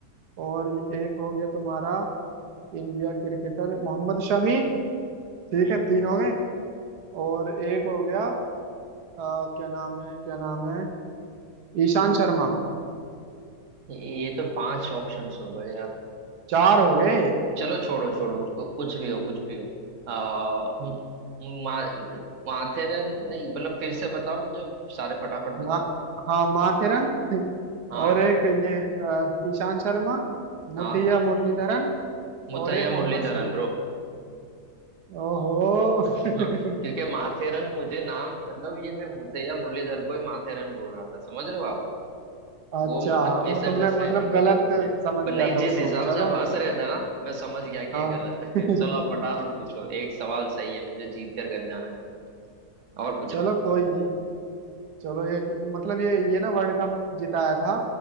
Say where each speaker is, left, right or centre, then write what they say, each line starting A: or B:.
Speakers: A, on the right (about 80°); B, on the right (about 55°).
A: और एक हो गया तुम्हारा इंडिया क्रिकेटर मोहम्मद शमी ठीक
B: हम्म।
A: है तीन हो गए और एक हो गया अ, क्या नाम है क्या नाम है ईशान शर्मा
B: ये ये तो पांच ऑप्शंस हो गए यार
A: चार हो गए
B: चलो छोड़ो छोड़ो उसको कुछ भी हो कुछ भी हो आ,
A: हम्म।
B: मा, माथेरन नहीं मतलब फिर से बताओ मुझे सारे फटाफट बता
A: मा,
B: दो
A: हाँ माथेरन <laughs>
B: हाँ
A: और एक ये अ, ईशान शर्मा मुथिया
B: हाँ
A: मुरलीधरन
B: मुथैया
A: और एक मोहम्मद
B: मुरलीधरन
A: शमी
B: ब्रो
A: ओहो <laughs>
B: हाँ क्योंकि माथेरन मुझे नाम मतलब ये मैं मुथैया मुरलीधर को ही माथेरन बोल रहा था समझ रहे हो आप
A: अच्छा
B: वो मतलब मिसअंडरस्टैंडिंग
A: वो तुमने मतलब गलत
B: हो गई मुझे
A: समझ
B: पर
A: लिया
B: नहीं
A: था
B: जिस
A: उसको
B: हिसाब
A: चलो
B: से आप हंस रहे थे ना मैं समझ गया कि
A: हाँ
B: ये गलत
A: <laughs>
B: है <laughs> चलो आप फटाफट पूछो एक सवाल सही है मुझे जीत कर घर जाना है और पूछो
A: चलो कोई नहीं चलो एक मतलब ये ये ना वर्ल्ड कप जिताया था